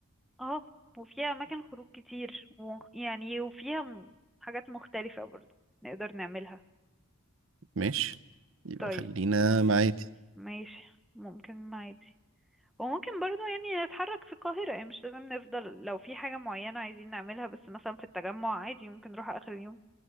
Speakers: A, in the centre; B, on the right.
A: اه وفيها أماكن خروج كتير و... يعني وفيها م- حاجات مختلفة برضو نقدر نعملها
B: ماشي يبقى
A: طيب
B: خلينا معادي
A: ماشي ممكن المعادي وممكن برضو يعني نتحرك في القاهرة يعني مش لازم نفضل لو في حاجة معينة عايزين نعملها بس مثلا في التجمع عادي ممكن نروح آخر اليوم